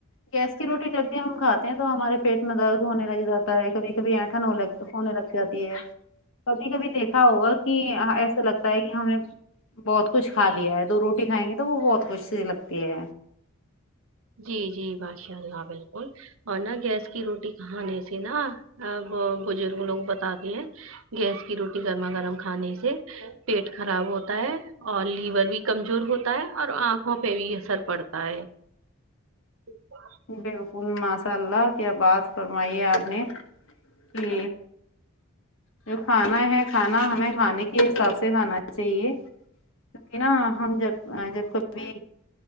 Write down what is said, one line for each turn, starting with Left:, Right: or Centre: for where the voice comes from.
Left: گیس کی روٹی جب بھی ہم کھاتے تو ہمارے پیٹ میں درد ہونے لگ جاتا ہے کبھی کبھی اینٹھن ہوگ ہونے لگ جاتی ہے کبھی کبھی دیکھا ہوگا کہ ایسا لگتا ہے کہ ہم نے بہت کچھ کھا لیا ہے دو روٹی کھائیں گے تو وہ بہت کچھ سی لگتی ہے
Right: جی جی باشاء اللہ بالکل اور نا گیس کی روٹی کہانے سے نا بزرگ لوگ بتاتے ہیں گیس کی روٹی گرما گرم کھانے سے پیٹ خراب ہوتا ہے اور لیور بھی کمزور ہوتا ہے اور آنکھوں پہ بھی اثر پڑتا ہے ج
Left: بالکل ماشاء اللہ کیا بات فرمائی ہے آپ نے کہ جو کھانا ہے کھانا ہمیں کھانے کے حساب سے کھانا چاہیے کیونکہ نا ہم جب جب کبھی